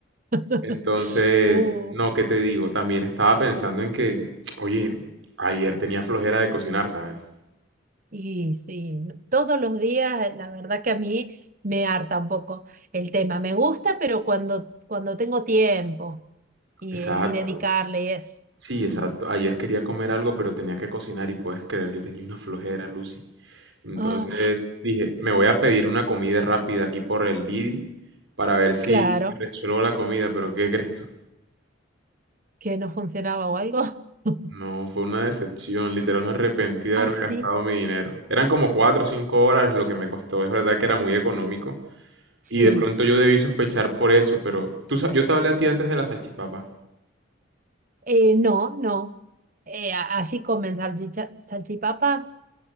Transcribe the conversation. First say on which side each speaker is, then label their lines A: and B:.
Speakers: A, on the right; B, on the right.
A: <laughs>
B: Entonces,
A: Uh,
B: no, ¿qué te digo? También estaba pensando en que, oye, ayer tenía flojera de cocinar, ¿sabes?
A: y sí, no- todos los días, la verdad que a mí me harta un poco el tema. Me gusta, pero cuando, cuando tengo tiempo y,
B: Exacto.
A: y dedicarle y eso.
B: Sí,
A: Mm.
B: exacto. Ayer quería comer algo, pero tenía que cocinar y puedes creer, yo tenía una flojera, Lucy. Entonces
A: Ah,
B: dije, me voy a pedir una comida rápida aquí por el Didi para ver si
A: claro,
B: resuelvo la comida, pero ¿qué crees tú?
A: que no funcionaba o algo. <laughs>
B: No, fue una decepción. Literal me arrepentí de
A: Ah,
B: haberme
A: sí.
B: gastado mi dinero. Eran como 4 o 5 dólares lo que me costó. Es verdad que era muy económico,
A: Sí,
B: Y de pronto yo debí sospechar por eso, pero tú, sa- yo te hablé a ti antes de la salchipapa.
A: eh, no, no. Eh, a- así comen salchicha, salchipapa,